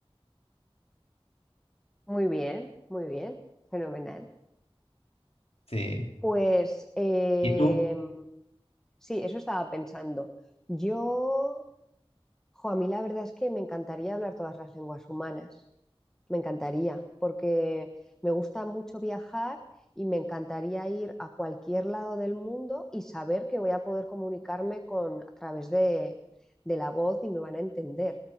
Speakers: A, in the centre; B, on the left.
A: Muy bien, muy bien, fenomenal.
B: Sí.
A: Pues eh,
B: ¿Y tú?
A: sí, eso estaba pensando. Yo, jo, a mí la verdad es que me encantaría hablar todas las lenguas humanas. Me encantaría, porque me gusta mucho viajar y me encantaría ir a cualquier lado del mundo y saber que voy a poder comunicarme con a través de, de la voz y me van a entender.